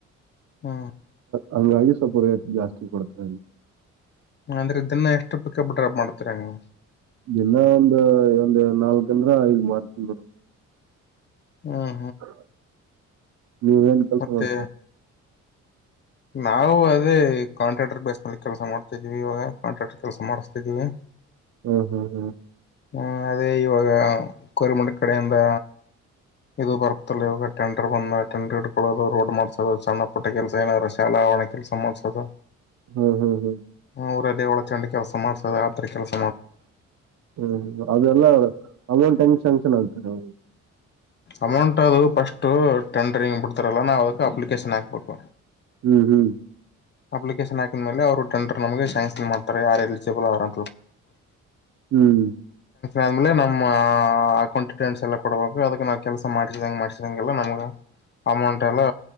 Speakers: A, on the left; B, on the right.
A: ಹ್ಮ
B: ಹಂಗಾಗಿ ಸ್ವಪ ರೇಟ್ ಜಾಸ್ತಿ ಕೊಡ್ತರಿ
A: ಅಂದ್ರೆ ಇದನ್ನ ಎಷ್ಟು ಪಿಕಪ್ ಡ್ರಾಪ್ ಮಾಡ್ತೀರಾ ನೀವು
B: ದಿನ ಒಂದ ಒಂದ್ ನಾಲ್ಕ ಅಂದ್ರ ಐದ್ ಮಾರ್ತನ್ ನೋಡ
A: ಹ್ಮ
B: ಹ ನೀವು ಏನ್ ಕೆಲಸ
A: ಮತ್ತೆ
B: ಮಾಡ್ತ
A: ನಾವು ಅದೇ ಕಾಂಟ್ರಾಕ್ಟರ್ ಬೇಸ್ ಮಲ್ಲಿ ಕೆಲಸ ಮಾಡ್ತಿದ್ವಿ ಇವಾಗ ಕಾಂಟ್ರಾಕ್ಟರ್ ಕೆಲಸ ಮಾಡಸ್ತಿದೀವಿ
B: ಹ್ಮ್ ಹ್ಮ್ ಹ್ಮ್
A: ಹ್ಮ ಅದೇ ಇವಾಗ ಕೋರ್ಮುಂಡ ಕಡೆಯಿಂದ ಇದು ಬರ್ತಲ್ಲ ಇವಾಗ ಟೆಂಡರ್ ಬಂದ ಟೆಂಡರ್ ಇಡ್ಕೊಳ್ಳೋದು ರೋಡ್ ಮಾಡ್ಸೋದು ಸಣ್ಣ ಪುಟ್ಟ ಕೆಲಸ ಏನಾದ್ರ ಶಾಲಾ ಆರಣೆ ಕೆಲಸ ಮಾಡ್ಸೋದು
B: ಹ್ಮ್ ಹ್ಮ್ ಹ್ಮ್
A: ಅವರ ಅಲ್ಲೇ ಒಳ ಚಂಡಿ ಕೆಲಸ ಮಾಡ್ಸದ ಆದ್ರ ಕೆಸ
B: ಹ್ಮ್ ಹ್ಮ ಅದೆಲ್ಲ ಅವ ಅಮೌಂಟ್ ಹೆಂಗಂಕ್ಷನ್ ಆಗ್ತಾರೆ
A: ಅಮೌಂಟ್ ಅದು ಫಸ್ಟ್ ಟೆಂಡರ್ ಹಿಂಗ್ ಬಿಡ್ತಾರಲ್ಲ ನಾವವು ಅದಕ್ಕೆ ಅಪ್ಲಿಕೇಶನ್ ಹಾಕ್ಬೇಕು
B: ಹ್ಮ್ ಹ್ಮ್
A: ಅಪ್ಲಿಕೇಶನ್ ಹಾಕಿದ ಮೇಲೆ ಅವರು ಟೆಂಡರ್ ನಮಗೆ ಶ್ಯಾಂಕ್ಷನ್ ಮಾಡ್ತಾರೆ ಯಾರು ಎಲಿಜಿಬಲ್ ಯಾರ
B: ಹ್ಮ್
A: ಆದ್ಮೇಲೆ ನಮ್ಮ್ ಅಕೌಂಟ್ ಟಸ್ ಎಲ್ಲ ಕೊಡಬೇಕು ಅದಕ್ಕೆ ನಾವ್ ಕೆಲ್ಸ ಮಾಡ್ಸಿದಂಗ ಮಾಡ್ಸಿದಂಗೆಲ್ಲ ನಮ್ ಅಮೌಂಟ್ ಎಲ್ಲ